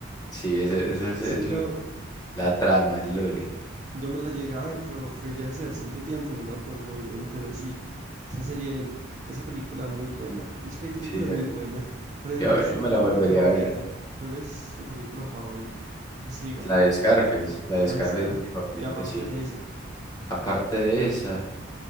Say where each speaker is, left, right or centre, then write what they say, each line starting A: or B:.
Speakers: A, on the left (about 20°); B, on the right (about 35°).
A: Sí, ese- esa
B: es
A: es el-
B: que yo,
A: la trama, el lore.
B: yo me la llegué a ver, pero fue ya hace bastante tiempo y no me acuerdo bien, pero sí, esa serie, esa película es muy buena. Es que hay películas
A: Sí, yo,
B: muy buenas. Por ejemplo,
A: yo,
B: su
A: yo me
B: película
A: la volvería
B: favorita.
A: a ver.
B: ¿Cuál es su película favorita? Pues siga.
A: La de Scarface, la de
B: La
A: Scarface
B: de Scarface.
A: es mi favorita,
B: Y aparte
A: sí.
B: de esa.
A: Aparte de esa,